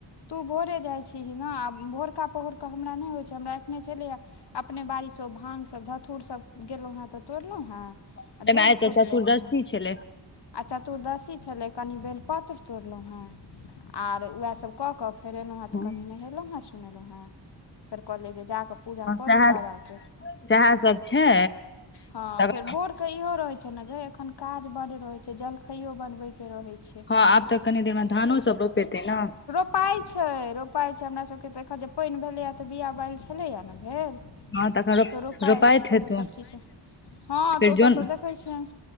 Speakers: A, on the left; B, on the left.
A: तू भोरे जाइत छीही ने आ भोरका पहरक हमरा नहि होइत छै, हमरा एखनहि छेलैये अपने बाड़ीसँ ओ भांगसभ धतुरसभ गेलहुँ हैं तऽ तोड़लहुँ हैं
B: ताहिमे
A: आ दूबि
B: आइ तऽ
A: खोटलौं
B: चतुर्दशी
A: हें
B: छलै
A: आ चतुर्दशी छलै, कनि बेलपत्र तोड़लहुँ हें, आर उएहसभ कऽ कऽ फेर एलहुँ हें तऽ
B: हँ
A: कनि नहेलहुँ हें सुनेलौं हें फेर कहलियै जे जाकऽ पुजा कऽ
B: सएह
A: ली बाबा के
B: सएह सब छै
A: हंँ
B: तकर
A: फेर भोर के इहो रहै छै ने गै एखन काज बड्ड रहै छै जलखैयो बनबैके रहै छै।
B: हँ आब तऽ कनी देर मे धानो सब रोपेतै ने
A: रोपाइ छै रोपाइ छै हमरा सबके तऽ एखन जे पानि भेलेया तऽ बिया बाइल छेलैये ने भेल
B: हँ तखन रो
A: तऽ रोपाइ
B: रोपाइत
A: छै तऽ
B: हेतौ
A: ओहोसभ चीज। हँ
B: फेर
A: तऽ ओसभ
B: जोन
A: तऽ देखै छियनि